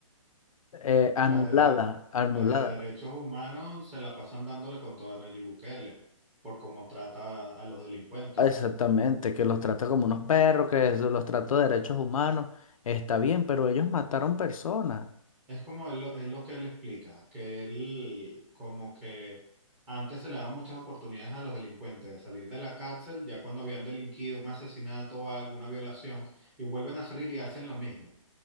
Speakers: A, on the left; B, in the centre.
A: Eh,
B: Las
A: anulada,
B: de,
A: anulada.
B: las de derechos humanos se la pasan dándole con todo a Nayib Bukele por cómo trata a los delincuentes.
A: Exactamente, que los trata como unos perros, que eso, los trata de derechos humanos. Está bien, pero ellos mataron personas.
B: Es como él, lo- es lo que él explica, que él como que antes se le daban muchas oportunidades a los delincuentes de salir de la cárcel, ya cuando habían delinquido un asesinato o alguna violación, y vuelven a salir y hacen lo mismo.